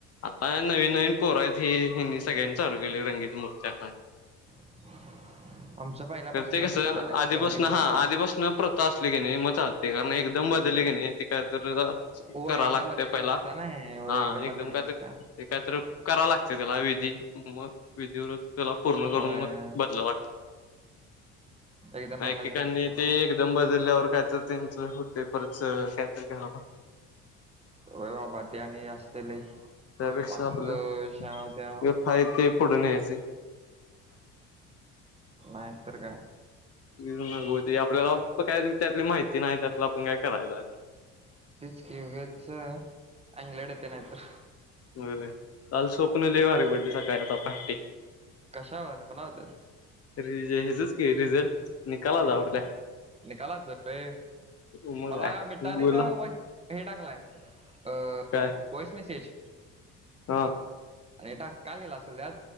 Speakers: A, on the left; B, on the right.
A: आता काय नवीन नवीन पोरं आहेत ही ह्यांनी सगळ्यांनी चालू केली रंगीत मूर्त्या
B: <inaudible> आमचं पहिल्यापासून
A: तर ते कसं
B: तशीच आहे
A: आधीपासंन
B: रंगीत भरतेच
A: हा आधीपासं प्रथा असली की नाही मग चाल ते एकदम
B: हम्म.
A: बदलली की नाही ते काय तर
B: होय
A: करा
B: एकदम
A: लागतय
B: बदलायची
A: पहिला
B: नसत्या नाही होय
A: हा
B: बदलायची
A: एकदम काय
B: नसत्या
A: तर एकात करावं लागत त्याला विधी मग विधिवृत्त त्याला पूर्ण करून
B: होय
A: मग बदलाव लागतं.
B: एकदम
A: नायकिकांनी
B: बदलायची नसत्या
A: ते एकदम बजर ल्यावर कायत त्यांच होते परच कायतरी घ्या
B: व वाबााती आणि असतेले
A: त्यापेक्षा
B: वास्तश्या
A: आपलं
B: त्या
A: गप हाय ते पुढे न्यायचं
B: नाही तर काय
A: <unintelligible> आपल्याला काय त्यातली माहिती नाही त्यातलं आपण काय करायला
B: तेच की वेबचं, अंगलट येतंय नायतर
A: होय काल स्वप्न लई भारी पडली सकाळी आता पार्टी
B: कशावर पण होते
A: रि हयाजच कि रिझल्ट निकाल आला आऊट काय?
B: निकालाचं व्हय
A: मग
B: मला
A: काय
B: मिटारीनं
A: गोला
B: वॉइस हे टाकलाय अ
A: काय
B: वॉइस मेसेज
A: हा
B: आणि टाक काय लिहिला असेल त्यात